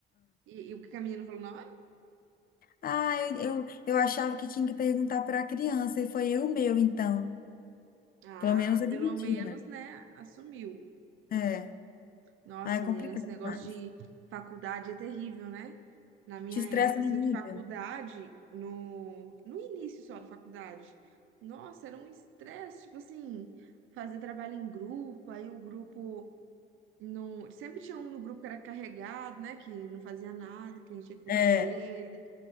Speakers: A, on the right; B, on the left.
A: E, e o que a menina falou na hora?
B: Ah, eu, eu, eu achava que tinha que perguntar para a criança, e foi eu meu, então.
A: Ah,
B: Pelo menos admitiu,
A: pelo menos,
B: né?
A: né, assumiu.
B: É.
A: Nossa,
B: Ah, é
A: menina,
B: complicado
A: esse negócio
B: demais.
A: de faculdade é terrível, né? Na minha
B: Te estressa
A: época,
B: no
A: assim,
B: nível.
A: de faculdade, no, no início só da faculdade, nossa, era um estresse, tipo assim, fazer trabalho em grupo, aí o grupo não... Sempre tinha um no grupo que era carregado, né, que não fazia nada, que a gente tinha que fazer
B: É.
A: por ele.